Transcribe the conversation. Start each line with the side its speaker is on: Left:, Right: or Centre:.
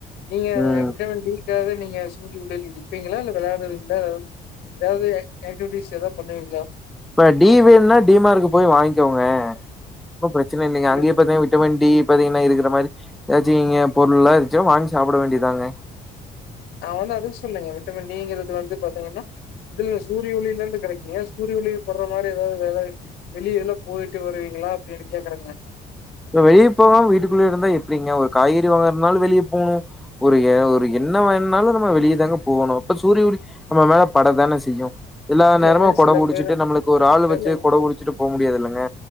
Left: நீங்க
Centre: ம்
Left: விட்டமின் டி ரெண்டாவது நீங்க சூரிய ஒளில நிப்பீங்களா இல்ல விளையாடுறது இல்ல ஏதாவது பியூட்டிஷ் ஏத பண்ணுவீங்களா
Centre: இப்ப டி வேண்னா டி மார்ட் போய் வாங்கிக்கோங்க இப்ப பிரச்சன இல்லிங்க
Left: நா
Centre: அங்கேயே பாத்தீங் விட்டமின் டி பாத்தீங்கன்னா இருக்கற மாரி ஏதாச்சும்ங்க பொருள்ல்லா இருச்ச வாங்கி சாப்ட வேண்டிதாங்க
Left: நான் வந்து அதுக்கு சொல்லுங்க விட்டமின் டிங்கறது வந்து பாத்தீங்கன்னா இதுல சூரிய ஒளிலந்து கடைக்குங்க சூரிய ஒளி படற மாரி ஏதாவது வேல வெளிய எதுல போயிட்டு வருவீங்களா அப்டின்னு கேக்கறேங்க
Centre: வெளிய போகாம வீட்டுக்குள்ளே இருந்தா எப்டிங்க ஒரு காய்கறி வாங்கறனாலும் வெளிய போணும் ஒரு எ ஒரு என்ன வேனாலும் நம்ம வெளிய தாங்க போணும் அப்ப சூரிய ஒளி நம்ம மேல பட தான செய்யும் எல்லா
Left: இல்லைங்க
Centre: நேரமும் கொட
Left: சில
Centre: புடிச்சிட்டு
Left: பேர்
Centre: நம்முளுக்கு ஒரு ஆள்
Left: இல்ல
Centre: வச்சு
Left: இல்லைங்க
Centre: குட புடிச்சிட்டு போ முடியாது இல்லங்க